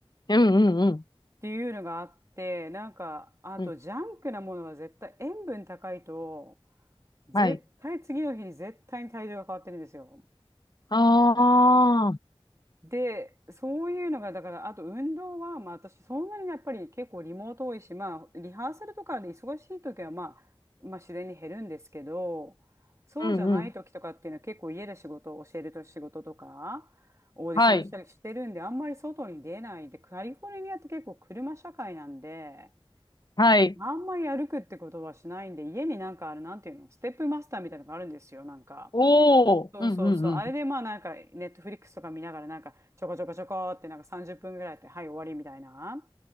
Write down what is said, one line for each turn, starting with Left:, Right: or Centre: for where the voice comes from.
Left: うんうんうん。
Right: ていうのがあってなんかあとジャンクなものは絶対塩分高いと
Left: うん。
Right: 絶対次の日に絶対に体重が変わってるんですよ。
Left: はい。ああ。
Right: で、そういうのが、だから、あと運動は、まあ私、そんなにやっぱり結構リモート多いし、まあ、リハーサルとかで忙しい時は、まあ、まあ自然に減るんですけど、そうじゃない時とかっていうのは結構家で仕事を教えると仕事とか、
Left: うんうん。
Right: オーディションしたりしてるんで、
Left: はい。
Right: あんまり外に出ないで、カリフォルニアって結構車社会なんで、
Left: はい。
Right: あんまり歩くってことはしないんで、家になんかある、なんていうの、ステップマスターみたいなのがあるんですよ、なんか。
Left: おお。
Right: そうそうそう。
Left: うんうんうん。
Right: あれでまあなんか、ネットフリックスとか見ながらなんか、ちょこちょこちょこってなんか30分ぐらいやって、はい、終わりみたいな、